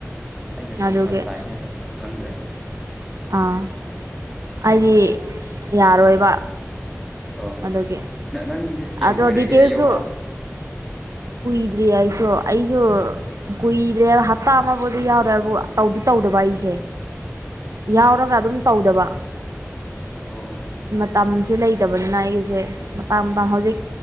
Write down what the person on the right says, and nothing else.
ꯑꯗꯨꯒꯤ
ꯑꯥ ꯑꯩꯗꯤ ꯌꯥꯔꯣꯏꯕ
ꯑꯗꯨꯒꯤ
ꯑꯗꯣ
ꯗꯤꯇꯦꯜꯁꯨ
ꯀꯨꯏꯗ꯭ꯔꯤ ꯑꯩꯁꯨ ꯑꯩꯁꯨ ꯀꯨꯏꯗ꯭ꯔꯦ ꯍꯞꯇꯥ ꯑꯃꯕꯨꯗꯤ ꯌꯥꯎꯔꯦꯕꯨ ꯇꯧꯗꯨ ꯇꯧꯗꯕ ꯑꯩꯁꯦ
ꯌꯥꯎꯔꯒ ꯑꯗꯨꯝ ꯇꯧꯗꯕ
ꯃꯇꯝꯁꯦ ꯂꯩ ꯂꯩꯇꯕꯅꯤꯅ ꯑꯩꯒꯤꯁꯦ ꯃꯇꯥꯡ ꯍꯧꯖꯤꯛ